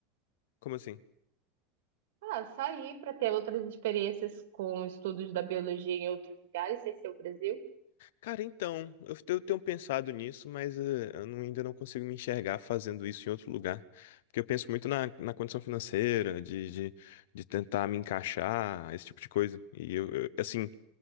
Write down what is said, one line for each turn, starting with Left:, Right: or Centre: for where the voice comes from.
Left: Como assim?
Right: Ah, sair para ter outras experiências com estudos da biologia em outros lugares, sem ser o Brasil?
Left: Cara, então, eu te- eu tenho pensado nisso, mas eh, eu não- ainda não consigo me enxergar fazendo isso em outro lugar. Porque eu penso muito na, na condição financeira, de, de, de tentar me encaixar, esse tipo de coisa. E eu, eu- assim,